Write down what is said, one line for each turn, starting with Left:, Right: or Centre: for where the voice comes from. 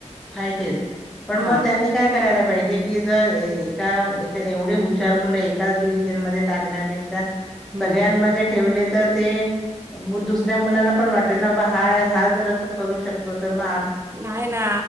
Centre: पाहिजेच पण
Right: हा
Centre: मग त्यांनी काय? कळायला पाहिजे की जर एका एवढे हुशार मुलं एकाच डिव्हिजन मध्ये टाकण्यापेक्षा.
Right: हम्म
Centre: सगळ्यांमध्ये ठेवले? तर ते दुसऱ्या मुलांना पण वाटल हा हा जर अस करू शकतो तर म.
Right: नाही ना